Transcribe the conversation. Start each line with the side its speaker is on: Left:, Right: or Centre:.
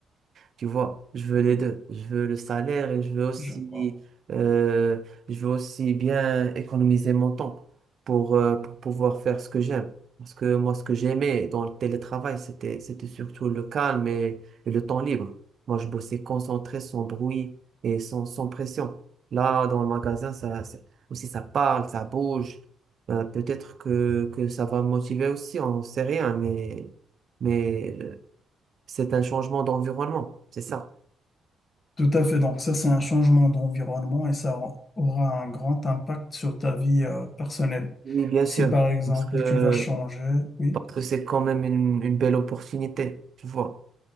Right: Tu vois, je veux les deux. Je veux le salaire et je veux aussi,
Left: Je vois.
Right: euh, je veux aussi bien économiser mon temps pour, euh, pour pouvoir faire ce que j'aime. Parce que moi, ce que j'aimais dans le télétravail, c'était, c'était surtout le calme et, et le temps libre. Moi, je bossais concentré, sans bruit et sans, sans pression. Là, dans le magasin, ça, ça- aussi, ça parle, ça bouge. Euh, peut-être que, que ça va me motiver aussi, on sait rien, mais, mais euh, c'est un changement d'environnement, c'est ça.
Left: Tout à fait. Donc ça, c'est un changement d'environnement et ça aura un grand impact sur ta vie, euh, personnelle.
Right: Oui, bien
Left: Si
Right: sûr,
Left: par exemple,
Right: parce que,
Left: tu vas changer, oui.
Right: parce que c'est quand même une, une belle opportunité, tu vois.